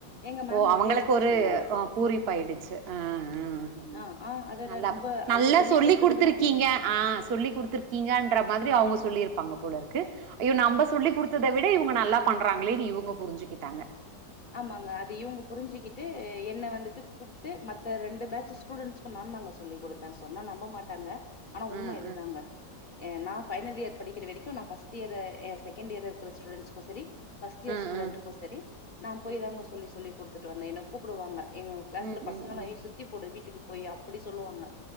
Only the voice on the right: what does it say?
ஓ அவங்களுக்கு
ஒரு பூரிப்ப ஆயிடுச்சு ஆஹ்ஹ்ஹ
நல்லா
நல்லா சொல்லி
குடுத்திருக்கீங்க
ஆஹ் சொல்லி்டுத்துருக்கீங்கன்ற மாதிரி அவங்க சொல்லியிருப்பாங்க போல இருக்கு அய்யோ நம்ம சொல்லி் கொடுத்ததை விட இவங்க நல்லா பண்றாங்களேன்னு இவங்க புரிஞ்சுகிட்டாங்க
ம் ம்
ம்
ம்
ம்
ம் ம்
ம் ம்